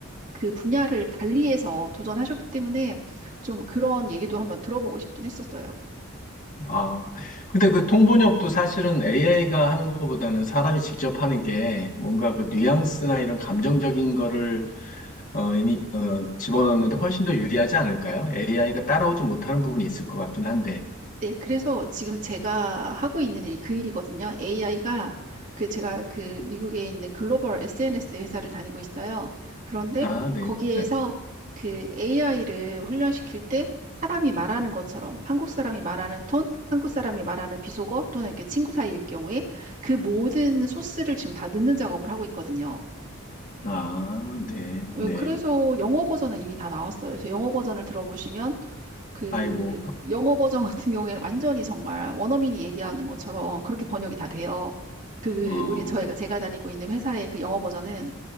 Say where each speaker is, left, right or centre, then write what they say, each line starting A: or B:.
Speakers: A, on the right (about 40°); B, on the left (about 40°).
A: 그 분야를 달리해서 도전하셨기 때문에 좀 그런 얘기도 한번 들어보고 싶긴 했었어요.
B: 아, 근데 그 통번역도 사실은 AI가 하는 것보다는 사람이 직접 하는 게 뭔가 그 뉘앙스나 이런 감정적인 거를 어, 이니, 어, 집어넣는데 훨씬 더 유리하지 않을까요? AI가 따라오지 못하는 부분이 있을 것 같긴 한데.
A: 네, 그래서 지금 제가 하고 있는 일이 그 일이거든요. AI가 그 제가 그 미국에 있는 글로벌 SNS 회사를 다니고 있어요. 그런데
B: 아, 네.
A: 거기에서
B: 네.
A: 그 AI를 훈련시킬 때 사람이 말하는 것처럼 한국 사람이 말하는 톤, 한국 사람이 말하는 비속어 또는 이렇게 친구 사이일 경우에 그 모든 소스를 지금 다 넣는 작업을 하고 있거든요.
B: 아, 네.
A: 그-
B: 네.
A: 그래서 영어 버전은 이미 다 나왔어요. 그래서 영어 버전을 들어보시면 그
B: 아이고.
A: 영어 버전 같은 경우에는 완전히 정말 원어민이 얘기하는 것처럼 그렇게 번역이 다 돼요. 그
B: 어,
A: 우리 저희가 제가 다니고 있는 회사의 그 영어 버전은